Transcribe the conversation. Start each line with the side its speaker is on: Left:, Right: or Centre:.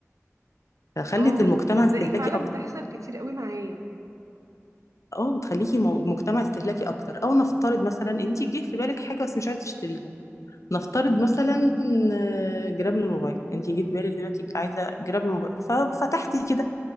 Left: فخلت
Right: اه
Left: المجتمع
Right: تصدقي
Left: استهلاكي
Right: فعلا بتحصل كتير قوي معايا
Left: اه بتخليكي مو- مجتمع استهلاكي اكتر او نفترض مثلا انت جه في بالك حاجه بس مش عايزه تشتريها نفترض مثلا آه، جراب للموبايل انت جه في بالك دلوقتي عايزه جراب للموبايل ففتحتي كده